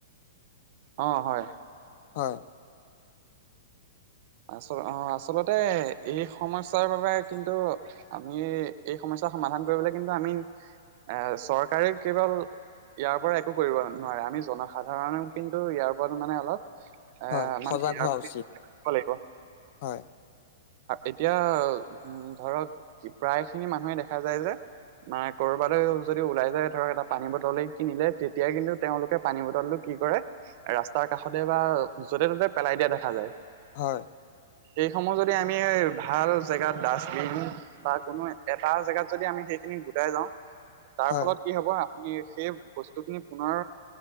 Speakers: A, on the right; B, on the left.
A: অ' হয়।
B: হয়।
A: আচ অ' আচলতে এই সমস্যাৰ বাবে কিন্তু আমি এই সমস মস্যা সমাধান কৰিবলে কিন্তু আমি এ চৰকাৰে কেৱল ইয়াৰ পৰা একো কৰিব নোৱাৰে। আমি জনসাধাৰণেও কিন্তু ইয়াৰ কাৰণে মানে অলপ আহ,
B: হয়
A: মানে
B: সজাগ হোৱা উচিত।
A: <unintelligible>
B: হয়,
A: এতিয়া উম, ধৰক প্ৰায় খিনি মানুহে দেখা যায় যে। মা কৰ'বালৈ যদি ওলাই যায়, ধৰক এটা পানী বটলে কিনিলে, তেতিয়া কিন্তু তেওঁলোকে পানী বটলটো কি কৰে, ৰাস্তাৰ কাষতে বা যতে ত'তে পেলাই দিয়া দেখা যায়।
B: হয়।
A: সেইসমূহ যদ যদি আমি ভাল জেগাত ডাষ্টবিন বা কোনো এটা জেগাত যদি আমি সেইখিনি গোটাই যাওঁ। তাৰ
B: হয়,
A: ফলত কি হব, আমি সেই বস্তু খিনি পুনৰ